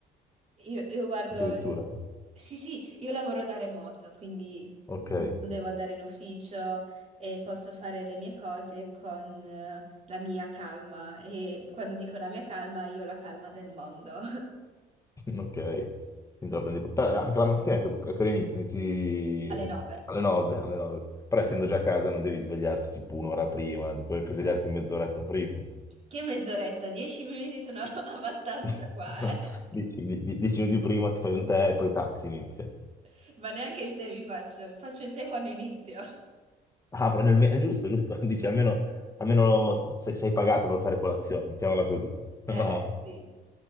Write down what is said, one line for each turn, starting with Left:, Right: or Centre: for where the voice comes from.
Right: Io, io guardo,
Left: addirittura.
Right: sì, sì, io lavoro da remoto, quindi
Left: Ok.
Right: non devo andare in ufficio e posso fare le mie cose con eh, la mia calma. E quando dico la mia calma, io ho la calma del mondo
Left: Ok, quindi la prendi... però anche la mattina credo che che inizi, inizi
Right: <laughs> alle 9.
Left: alle 9, alle 9. Però essendo già a casa non devi svegliarti tipo un'ora prima, puoi anche svegliarti mezz'oretta prima.
Right: Che mezz'oretta? Dieci minuti sono <laughs> abbastanza
Left: <laughs>
Right: qua, eh?
Left: Dici, di- di- dieci minuti prima ti fai un tè e poi taxi inizia.
Right: <laughs> Ma neanche il tè mi faccio. Faccio il tè quando inizio.
Left: Ah, però nel me- è giusto, giusto, <laughs> dici almeno, almeno se- sei pagata per fare colazione, mettiamola così. <laughs>
Right: Eh
Left: No,
Right: beh, sì.